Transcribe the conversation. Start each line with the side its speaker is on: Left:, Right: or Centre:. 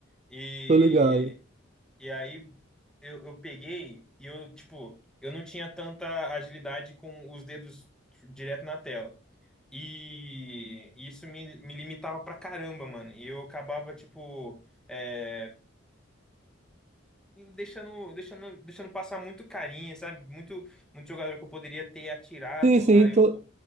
Centre: E
Right: Tô ligado.
Centre: E aí eu, eu peguei e eu, tipo, eu não tinha tanta agilidade com os dedos direto na tela. E isso me, me limitava pra caramba, mano. E eu acabava, tipo, é, deixando, deixando, deixando passar muito carinha, sabe? Muito, muito jogador que eu poderia ter atirado,
Right: Sim, sim,
Centre: aí
Right: tô...
Centre: eu